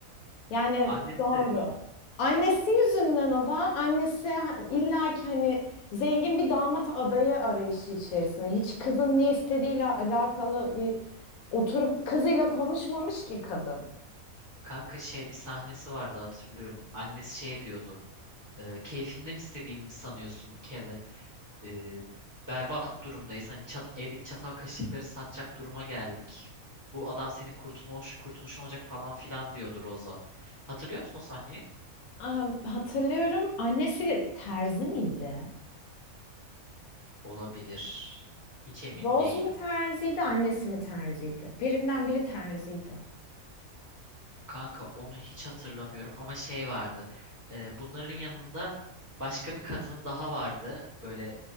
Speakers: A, on the left; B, on the right.
A: Yani
B: Annesi
A: doğru.
B: de
A: Annesi yüzünden o da annesi ha- illaki hani zengin bir damat adayı arayışı içerisinde. Hiç kızın ne istediğiyle alakalı bir oturup kızıyla konuşmamış ki kadın.
B: kanka şey bir sahnesi vardı hatırlıyorum. Annesi şey diyordu. E, keyfimden istediğimi mi sanıyorsun Kelly? E, berbat durumdayız. Hani çat, evdeki çatal kaşıkları satacak duruma geldik. Bu adam senin kurtuluş, kurtuluşun olacak falan filan diyordu Rosa. Hatırlıyor musun o sahneyi?
A: Aa, hatırlıyorum annesi terzi miydi?
B: Olabilir. Hiç emin
A: Rose
B: değilim.
A: mu terziydi, annesi mi terziydi? Birinden biri terziydi.
B: Kanka onu hiç hatırlamıyorum ama şey vardı. E, bunların yanında başka bir kadın daha vardı. Böyle